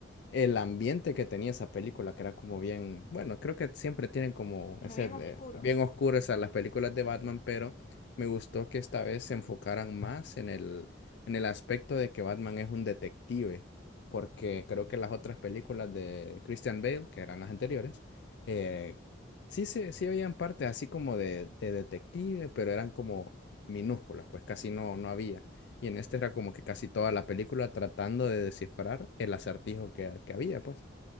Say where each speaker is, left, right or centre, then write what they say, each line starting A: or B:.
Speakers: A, on the left; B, on the left.
A: el ambiente que tenía esa película, que era como bien, bueno, creo que siempre tienen como
B: como
A: ese,
B: bien
A: de-
B: oscuro.
A: bien oscuras las películas de Batman, pero me gustó que esta vez se enfocaran más en el, en el aspecto de que Batman es un detective, porque creo que las otras películas de Christian Bale, que eran las anteriores, eh, Sí, se sí habían partes así como de, de detective, pero eran como minúsculas, pues casi no, no había. Y en este era como que casi toda la película tratando de descifrar el acertijo que, que había, pues.